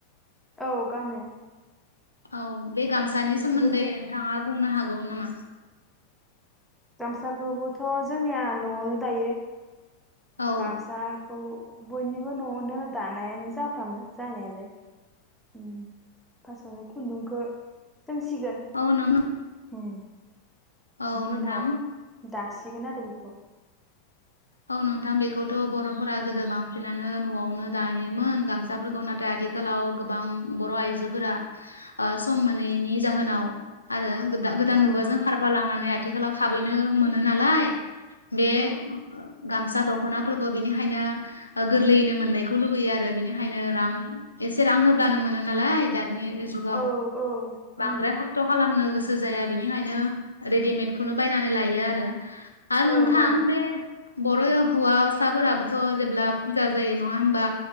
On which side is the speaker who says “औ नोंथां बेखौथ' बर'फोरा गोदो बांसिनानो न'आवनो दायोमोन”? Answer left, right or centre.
Left